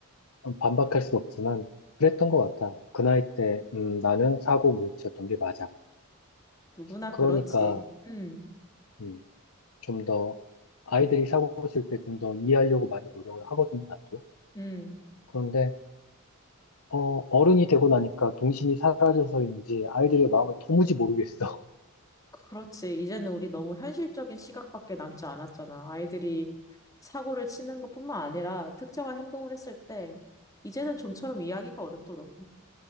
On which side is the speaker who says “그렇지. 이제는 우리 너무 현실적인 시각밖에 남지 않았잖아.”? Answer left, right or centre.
Left